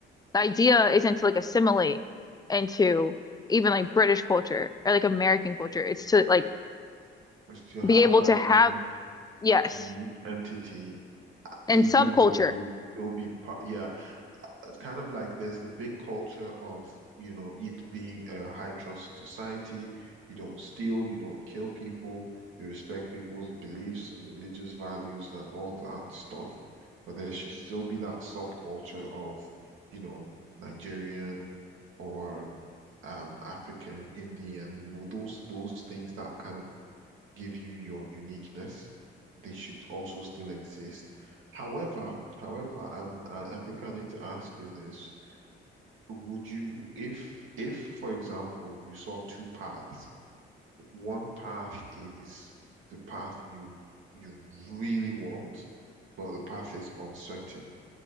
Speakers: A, on the left; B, on the right.
A: the idea isn't to like assimilate into even like British culture or like American culture. It's to like
B: Is to have
A: be able
B: that
A: to have,
B: unique,
A: yes,
B: the unique entity,
A: and
B: even
A: subculture
B: though you would still be part. Yeah, it's kind of like there's the big culture of, you know, it being a high trust society. You don't steal, you don't kill people, you respect people's beliefs and religious values and all that stuff. But there should still be that subculture of, you know, Nigerian or um African, Indian, you know, those those things that kind of give you your uniqueness. They should also still exist. However, however, um, I, I think I need to ask you this. Would you, if, if, for example, you saw two paths, one path is the path you you really want, but the path is uncertain.